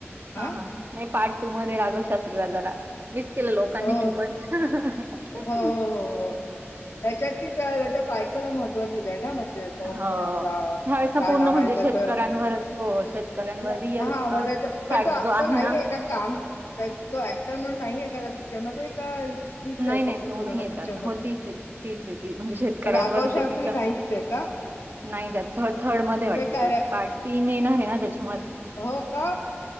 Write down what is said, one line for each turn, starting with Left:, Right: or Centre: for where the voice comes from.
Left: हां?
Right: हा हा ह, नाही पार्ट टू मध्ये राघव शास्त्रीला जरा मिस केलं लोकांनी
Left: हो.
Right: खूपच. हां हां हां
Left: हो, हो, हो, हो. त्याच्यात कि त्याच्या बायकोला महत्व दिलंय ना म्हणजे, तो
Right: हो.
Left: कोण आपला,
Right: ह्यावेळेस ना
Left: काय
Right: पूर्ण
Left: नाव
Right: म्हणजे
Left: आहे
Right: शेतकऱ्यांवरच
Left: त्याच
Right: हो, शेतकऱ्यांवर
Left: <unintelligible>
Right: रिअल अ,
Left: पण
Right: फॅक्ट
Left: तो
Right: जो
Left: तो नाही
Right: ना
Left: आहे का काम तो ॲक्टर म्हणून नाही आहे का त्या पिक्चरमध्ये का हीच
Right: नाही,
Left: आहे
Right: नाही
Left: फक्त
Right: तो
Left: पूर्ण
Right: नाही येतात.
Left: पिक्चर मध्ये?
Right: हो तीच आहे, तीच आहे ती म्हणजे शेतकऱ्यांवरच
Left: राघव शास्त्री
Right: आहे तिच्या
Left: नाही ये का?
Right: नाही त्यात. थ थर्ड मध्ये वाटत
Left: ते कार्या
Right: तो पार्ट तीन येणार आहे ना त्याच्या,
Left: हो का?